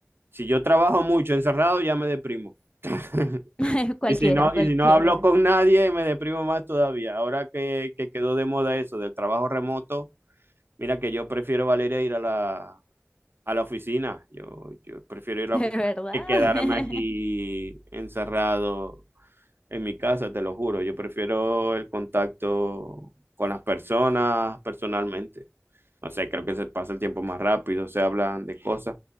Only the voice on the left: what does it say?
<laughs> Cualquiera,
cualquiera.
De
verdad.
<laughs>